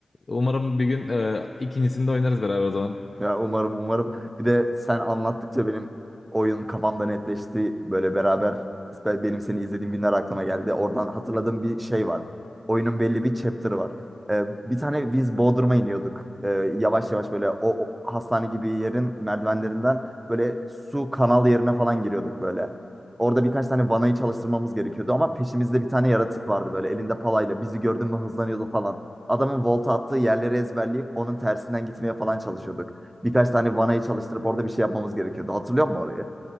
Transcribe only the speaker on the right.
Ya umarım umarım. Bir de sen anlattıkça benim oyun kafamda netleşti. Böyle beraber ben- benim seni izlediğim günler aklıma geldi. Oradan hatırladığım bir şey var. Oyunun belli bir chapter'ı var. Ee, bir tane biz Bodrum'a iniyorduk. Ee, yavaş yavaş böyle o, o hastane gibi yerin merdivenlerinden böyle su kanal yerine falan giriyorduk böyle. Orada birkaç tane vanayı çalıştırmamız gerekiyordu ama peşimizde bir tane yaratık vardı böyle elinde palayla. Bizi gördün mü hızlanıyordu falan. Adamın volta attığı yerleri ezberleyip onun tersinden gitmeye falan çalışıyorduk. Birkaç tane vanayı çalıştırıp orada bir şey yapmamız gerekiyordu. Hatırlıyor musun orayı?